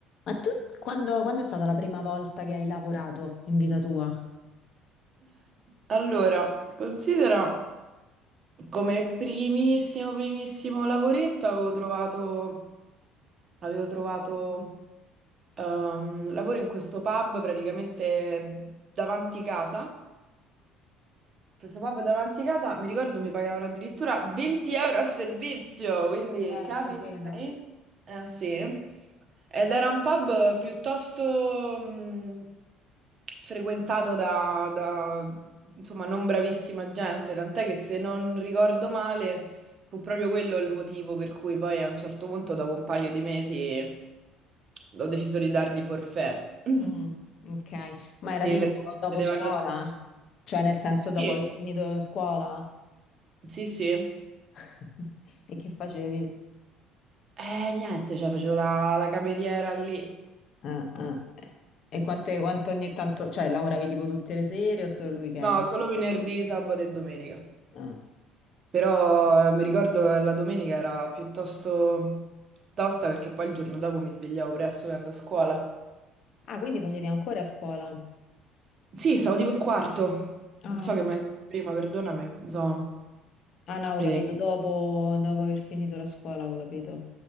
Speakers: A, on the left (about 45°); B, on the right (about 35°).
A: Ma tu quando, quando è stata la prima volta che hai lavorato in vita tua?
B: Allora, considera come primissimo, primissimo lavoretto avevo trovato, avevo trovato ehm, lavoro in questo pub praticamente davanti casa Questo pub davanti casa, mi ricordo, mi pagavano addirittura 20 euro a servizio, quindi
A: Eh,
B: capi?
A: ci credo.
B: Eh sì. Ed era un pub piuttosto mh, frequentato da, da, insomma, non bravissima gente, tant'è che se non ricordo male, fu proprio quello il motivo per cui poi a un certo punto, dopo un paio di mesi, ho deciso di dargli forfè. <laughs>
A: Mm, ok, ma era
B: Sì,
A: tipo
B: perché
A: dopo
B: chiedevano
A: scuola?
B: di...
A: Cioè nel senso dopo
B: Sì,
A: aver finito scuola?
B: sì. sì.
A: <laughs> E che facevi?
B: Eh, niente, cioè facevo la, la cameriera lì.
A: Ah, ah. E quante, quanto ogni tanto, cioè lavoravi tipo tutte le sere o solo il weekend?
B: No, solo venerdì, sabato e domenica.
A: Ah,
B: Però eh, mi ricordo che la domenica era piuttosto tosta perché poi il giorno dopo mi svegliavo presto per andare a scuola.
A: Ah, quindi facevi ancora scuola?
B: Sì, stavo tipo in quarto.
A: Ah,
B: Non so che mai prima, perdonami. Insomma.
A: ah, no, ho
B: E,
A: capito, dopo, dopo aver finito la scuola, ho capito.